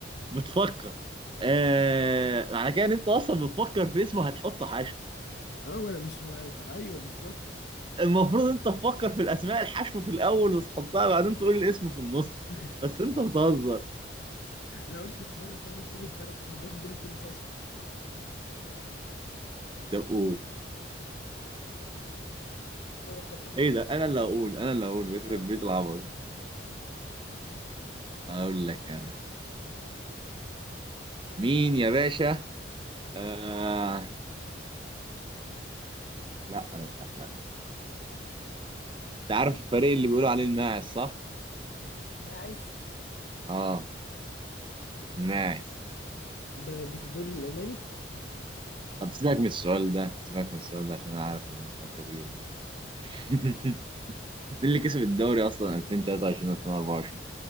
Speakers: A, on the right; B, on the left.
A: بتفكر آه... على كده ان انت اصلا بتفكر في اسمه هتحط حشو
B: اه ما انا مش ما... ما- ايوه بالظبط
A: المفروض انت تفكر في الاسماء الحشو في الاول وتحطها بعدين تقول الاسم في النص
B: <laughs>
A: بس انت بتهزر
B: انا قلت السران الحمر مش تيجي في بالك عشان الباشا دول بتلبس اصفر
A: طب قول
B: دورك يلا اسال
A: ايه ده انا اللي هقول انا اللي هقول بيخرب
B: اه
A: بيت العبط اقول لك انا مين يا باشا آه لا لا لا لا انت عارف الفريق اللي بيقولوا عليه الماعز صح؟
B: الماعز
A: اه الماعز
B: ده ده في الدوري الالماني
A: طب سيبك من السؤال ده سيبك من السؤال ده عشان انا عارف ان انت مش هتيجي في بالك <laughs> مين اللي كسب الدوري اصلا 2023 2024